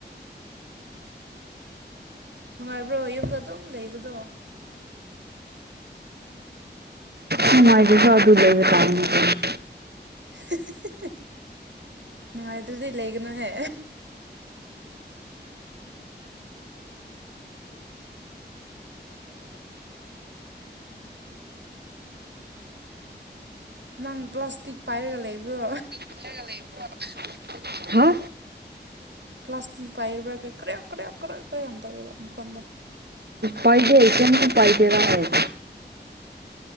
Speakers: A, on the right; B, on the right.
A: ꯅꯨꯡꯉꯥꯏꯕ꯭ꯔꯣ ꯌꯨꯝꯗ ꯑꯗꯨꯝ ꯂꯩꯕꯗꯣ
B: ꯅꯨꯡꯉꯥꯏꯇꯦꯗ ꯑꯗꯨ ꯂꯩꯕ ꯇꯥꯕꯅꯤ ꯀꯩꯅꯣ
A: ꯍꯤꯍꯤꯍꯤ ꯅꯨꯡꯉꯥꯏꯇ꯭ꯔꯗꯤ ꯂꯩꯒꯅꯨꯍꯦ ꯅꯪ ꯄ꯭ꯂꯥꯁꯇꯤꯛ ꯄꯥꯏꯔꯒ ꯂꯩꯕ꯭ꯔꯣ
B: <unintelligible> ꯍꯥ
A: ꯄ꯭ꯂꯥꯁꯇꯤꯛ ꯄꯥꯏꯔꯕ꯭ꯔꯥ ꯅ ꯀ꯭ꯔꯛ ꯀ꯭ꯔꯦꯛꯞ ꯀ꯭ꯔ ꯀ꯭ꯔꯦꯛ ꯌꯥꯝ ꯇꯧꯋꯦꯕ ꯃꯈꯣꯟꯗꯣ
B: ꯄꯥꯏꯗꯦ ꯀꯩꯝꯃꯥꯇ ꯄꯥꯏꯒꯦꯔ ꯑꯩ